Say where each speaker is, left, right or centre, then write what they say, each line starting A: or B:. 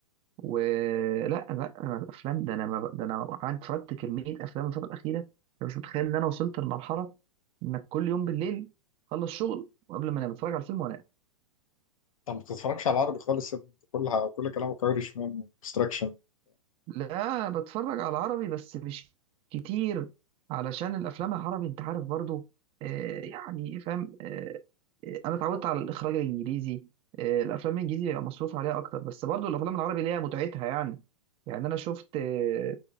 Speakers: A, on the right; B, on the left.
A: ولا لا أنا افلام ده انا ما... ده انا قعدت اتفرجت كميه افلام الفتره الاخيره انا مش متخيل ان انا وصلت لمرحله انك كل يوم بالليل خلص شغل وقبل ما انام بتفرج على الفيلم وانام
B: أنت ما بتتفرجش على العربي خالص يا ابني كلها كل كلامك أيرش مان إكستراكشن
A: لا بتفرج على عربي بس مش كتير علشان الافلام العربي انت عارف برضو آه يعني إيه، فاهم آه آه، انا اتعودت على الاخراج الانجليزي آه الافلام الانجليزي بيبقى مصروف عليها اكتر بس برضو الافلام العربي ليها متعتها يعني يعني انا شفت آه